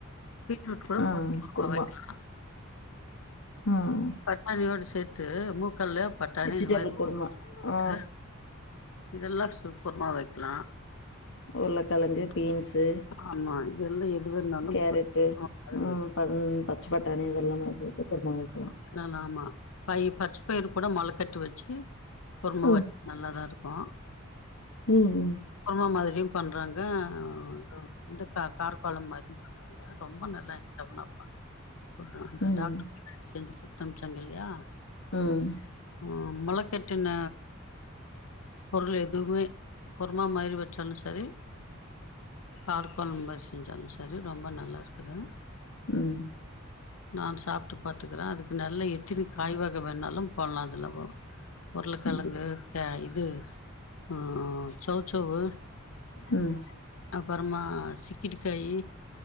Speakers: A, on the left (about 80°); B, on the left (about 60°).
A: பீட்ரூட் கூட
B: ஆ
A: போட்டு <inaudible>
B: குருமா
A: வைக்கலா
B: ம்
A: பட்டாணியோட சேர்த்து நூக்கனுல்லு பட்டாணி
B: வெஜிடபிள்
A: இந்த மாரி கூட
B: குருமா
A: போட்டு
B: ஆ
A: <inaudible> இதெல்லா சூப்பர்மா வெக்கலா
B: உருளைக்கெழங்கு பீன்ஸு
A: ஆமா இதெல்லா எது வேணாலும்
B: கேரட்டு‌
A: பொரிச்சு அதுல
B: ம்
A: வைக்க
B: ம் பச்ச பட்டாணி இதெல்லாமே நா சேத்து குருமா வைக்க
A: ஆன் ஆமா பயிர் பச்ச பயிரு கூட மொழ கட்டி வெச்சு குரும
B: ம்
A: வ நல்லாதா இருக்கு
B: ம் ம்
A: குர்மா மாதிரியு பண்றாங்க அ கொ இந்த க கார் கொழம் மாரியு பண்றாங்க ரொம்ப நல்லா இன் <inaudible> பொண்ணு வப்பா பொண்ணு வந்து
B: ம்
A: டாக்ட்ரு செஞ்சு குடுத்தமிச்சாங்க இல்லயா
B: ம்
A: ஆ மொலக்கட்டுன பொருள் எதுவுமே குரமா மாரி வெச்சாலு சரி கார்கோல் மாரி செஞ்சாலு சரி ரொம்ப நல்லா இருக்குது
B: ம்
A: நான் சாப்ட்டு பாத்துக்குறே அதுக்கு நெல்ல எத்தினி காய்வாக வேணாலு பண்லா அதுல வு உருளைக்கெழங்கு
B: ம்
A: சா இது ம் சோச்சோவு
B: ம்
A: அப்பறமா சிக்கிட்டுக்காயி